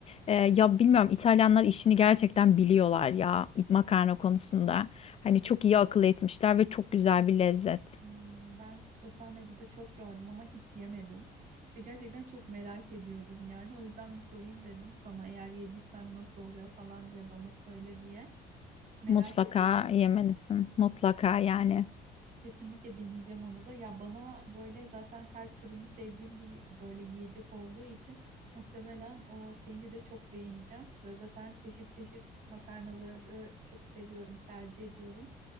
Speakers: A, on the left; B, on the right.
A: Ee, ya bilmiyorum İtalyanlar işini gerçekten biliyorlar ya makarna konusunda. Hani çok iyi akıl etmişler ve çok güzel bir lezzet.
B: Hmm, Ben sosyal medyada çok gördüm ama hiç yemedim ve gerçekten çok merak ediyordum yani o yüzden bir sorayım dedim sana eğer yediysen nasıl oluyor falan diye bana söyle diye merak
A: Mutlaka
B: ediyorum.
A: yemelisin. Mutlaka
B: Aynen.
A: yani.
B: Kesinlikle deneyeceğim onu da. Ya bana böyle zaten her türünü sevdiğim bir böyle yiyecek olduğu için muhtemelen o şeyini de çok beğeneceğim. Ve zaten çeşit çeşit makarnaları çok seviyorum, tercih ediyorum.